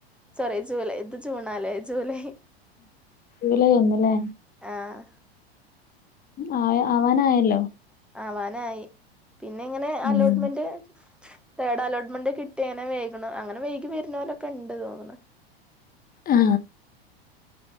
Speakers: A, in the centre; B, on the left.
A: സോറി ജൂലൈ ഇത് ജൂണാല്ലേ ജൂലൈ
B: ഇല ഒന്നുംല്ലേ
A: ആഹ്
B: ആ ആവാനായല്ലോ
A: ആവാനായി പിന്നെ എങ്ങനെ അലോട്ട്മെന്റ്
B: ഉം
A: തേഡ് അലോട്ട്മെന്റ് കിട്ടിയങ്ങനെ വേകണ് അങ്ങനെ വൈകി വരുണോലൊക്കെ ഇണ്ട് തോന്നന്ന്
B: ആ